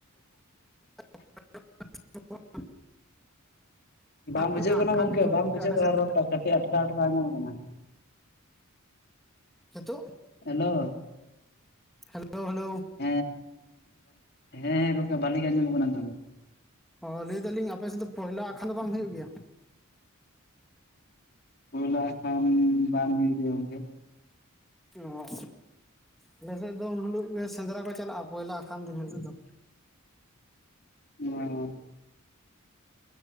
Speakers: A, on the left; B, in the centre.
A: <inaudible>
B: <unintelligible>
A: ᱵᱟᱝ ᱵᱩᱡᱷᱟᱹᱜ
B: ᱢᱤᱫᱴᱟᱝ
A: ᱠᱟᱱᱟ
B: ᱟᱠᱷᱟᱱ
A: ᱜᱚᱝᱠᱮ
B: ᱧᱩᱛᱩᱢ
A: ᱵᱟᱝ ᱵᱩᱡᱷᱟᱹᱜ
B: ᱛᱮ ᱟᱞᱮ
A: ᱠᱟᱱᱟ
B: ᱥᱮᱫ
A: ᱨᱚᱴ
B: ᱫᱚ
A: ᱴᱟᱜ ᱠᱟᱹᱴᱤᱡ ᱟᱴᱠᱟ ᱟᱴᱠᱟ ᱟᱡᱚᱢᱚᱜ ᱠᱟᱱᱟ᱾
B: ᱦᱤᱸᱛᱳᱜ
A: ᱦᱮᱞᱳ
B: ᱦᱮᱞᱳ ᱦᱮᱞᱳ
A: ᱦᱮᱸ <unintelligible> ᱦᱮᱸ ᱜᱚᱝᱠᱮ ᱵᱷᱟᱞᱮ ᱜᱮ ᱟᱸᱡᱚᱢᱚᱜ ᱠᱟᱱᱟ ᱱᱤᱛᱚᱜ ᱫᱚ᱾
B: ᱚ ᱞᱟᱹᱭ ᱫᱟᱹᱞᱤᱧ ᱟᱯᱮ ᱥᱮᱫ ᱫᱚ ᱯᱚᱭᱞᱟ ᱟᱠᱷᱟᱱ ᱫᱚ ᱵᱟᱝ ᱦᱳᱭᱳᱜ ᱜᱮᱭᱟ?
A: ᱯᱩᱭᱞᱟ ᱟᱠᱷᱟᱱ ᱵᱟᱝ ᱦᱳᱭᱳᱜ ᱜᱮᱭᱟ ᱜᱚᱝᱠᱮ᱾
B: ᱳ ᱟᱞᱮ ᱥᱮᱫ ᱫᱚ ᱩᱱ ᱦᱤᱞᱳᱜ ᱜᱮ ᱥᱮᱸᱫᱽᱨᱟ ᱠᱚ ᱪᱟᱞᱟᱜ-ᱟ ᱯᱚᱭᱞᱟ ᱟᱠᱷᱟᱱ ᱫᱤᱱ ᱦᱤᱞᱳᱜ ᱫᱚ᱾
A: ᱚ